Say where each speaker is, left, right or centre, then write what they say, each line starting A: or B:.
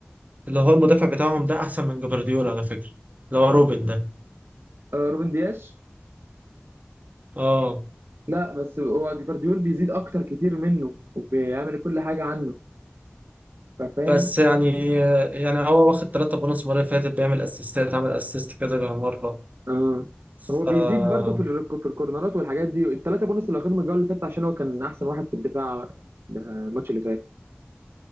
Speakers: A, on the right; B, on the right.
A: اللي هو المدافع بتاعهم ده احسن من جفارديول على فكره اللي هو روبن ده
B: آه، روبن دياش
A: اه
B: لا بس هو جفارديول بيزيد اكتر كتير منه وبيعمل كل حاجه عنه فاهم
A: بس يعني يعني هو واخد ثلاثة بونص المره اللي فاتت بيعمل اسيستات عمل اسيست كذا مره
B: اه
A: ف
B: هو بيزيد برضه في الرك- في الكورنرات والحاجات دي الثلاثه بونص اللي واخدهم الجوله اللي فاتت عشان هو كان احسن واحد في الدفاع آه، الماتش اللي فات